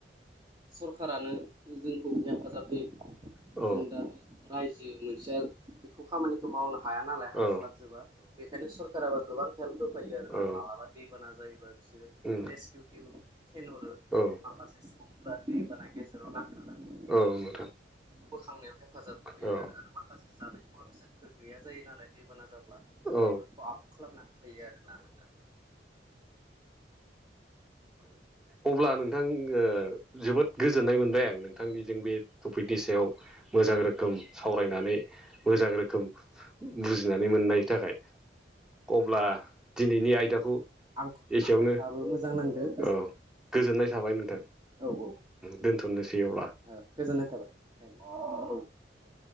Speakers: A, on the right; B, in the centre.
A: सरखारारानो जोंखौ हेफाजाब होयो
B: औ
A: जों दानो रायजो जि मोनसेया बेखौ खामानिखौ मावनो हाया नालाय हास्लाबजोबा
B: औ
A: बेखायनो सरकाराबो गोबां हेल्प होफायो आरो
B: औ
A: ना मालाबा दैबाना जायोबा बिसोरो
B: उम
A: रेस्किउ टिउ थेनहरो
B: औ
A: माखासे सुबुंफफ्रा दैबाना गेजेराव नांथारनानै,
B: औ नोंथां
A: बोखांनायाव हेफाजाब होैयो
B: औ
A: आरो आरो माखासे जानाय मुवा बेसादफोर गैया जायो नालाय दैबाना जाब
B: औ
A: बेफोरखौ आबुं खालामना हो फैयो आरोना नोंथां,
B: अब्ला नोंथां ओ जोबोद गोजोननाय मोनबाय नों बिथांनिजों बे टपिकनि सायाव मोजां रोखोम सावरायनानै मोजां रोखोम बुजिनानै मोननायनि थाखाय अब्ला दिनैनि आयदाखौ
A: आं
B: एसेयावनो
A: आंहाबो मोजां नांदों
B: औ गोजोननाय थाबाय नोंथां
A: औ
B: दोनथ'नोसै अब्ला
A: औ गोजोननाय थाबाय नोंथां औ दे